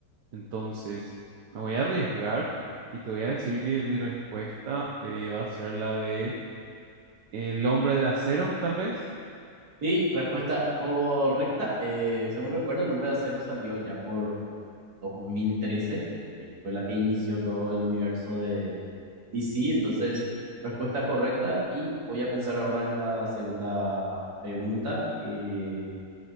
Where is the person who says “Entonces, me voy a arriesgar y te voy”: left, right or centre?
Right